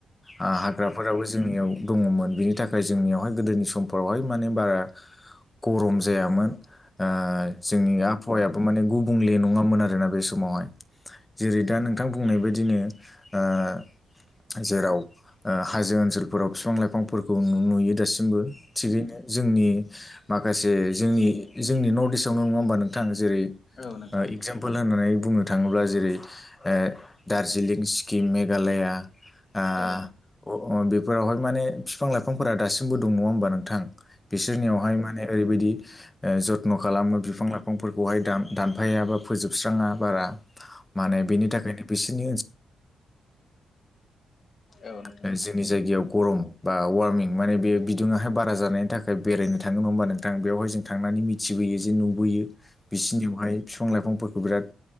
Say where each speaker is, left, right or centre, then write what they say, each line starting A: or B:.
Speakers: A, on the left; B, on the left.
A: आ हाग्राफोरावबो जोंनियाव दङ'मोन बिनि थाखाय जोंनियावहाय गोदोनि समफोरावहाय माने बारा गरम जायामोन। ओ जोंनि आबहावायाबो माने गुबुंले नङामोन आरोना बे समावहाय जेरै दा नोंथां बुंनाय बायदिनो ओ जेराव
B: औ नोंथां
A: ओ हाजो ओनसोलफोराव फिफां-लाइफांफोरखौ नुयो दासिमबो थिगैनो जोंनि माखासे जोंनि जोंनि नर्थ-इस्टआव नङा होमबा नोंथां जेरै
B: औ नोंथां औ नोंथां औ नोंथां औ नोंथां औ नोंथां
A: इगजामपोल पल होननानै बुंनो थाङोब्ला जेरै ओ दार्जिलिं सिक्किम मेघालया ओ
B: औ नोंथां औ
A: ब बेफोरावहाय माने फिफां-लाइफांफोरा दासिमबो दं नङा होमबा नोंथां। बिसोरनियावहाय माने ओरैबायदि ओ जथ्न' खालामो बिफां लाइफांफोरखौहाय दान दानफायाबा फोजोबस्राङा बारा माने बेनि थाखायनो बिसिनि ओनसोल
B: औ नोंथां।
A: ओ जोंनि जायगायाव गरम बा वार्मिं माने बे बिदुङाहाय बारा जानायनि थाखाय बेरायनो थाङो नङा होनबा नों थां बेवहाय जों थांनानै मिथिबोयो जे नुबोयो बिसिनियावहाय बिफां लाइफांफोरखौ बिराद